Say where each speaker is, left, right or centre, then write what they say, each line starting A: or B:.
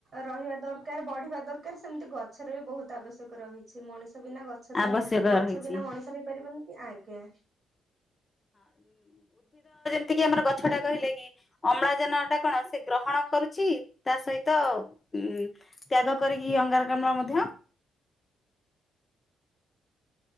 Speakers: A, on the right; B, on the left.
A: ରହିବା ଦରକାର ବଢିବା ଦରକାର ପ୍ରକାର ସେମିତି ଗଛର ବି ବହୁତ ଆବଶ୍ୟକ ରହିଛି ମଣିଷ ଗଛ ବିନା ଗଛ
B: ଆବଶ୍ୟକ
A: ତ ଗଛ
B: ରହିଛି
A: ବିନା ମଣିଷ ହେଇପାରିବନି କି ଆଜ୍ଞା।
B: ଏତିକି ଆମର ଗଛ ଟା କହିଲେ କି ଅମ୍ଳଜାନ ଟା କଣ ସେ ଗ୍ରହଣ କରୁଛି ତା ସହିତ ହୁଁ ତ୍ୟାଗ କରିକି ଅଙ୍ଗାରକାମ୍ଳ ମଧ୍ୟ